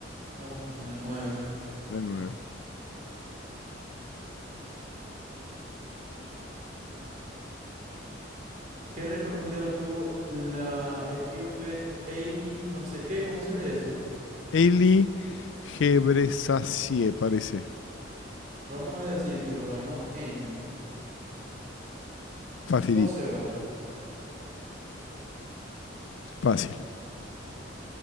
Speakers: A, on the right (about 45°); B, on the left (about 75°).
A: ah, en el 9.
B: el nueve.
A: ¿Qué récord mundial obtuvo la etíope Hailey, no sé qué? ¿Cómo se lee eso?
B: Eli Gebresasie, parece.
A: Vamos a decir que lo ganó en
B: Facilit,
A: 12 horas.
B: fácil.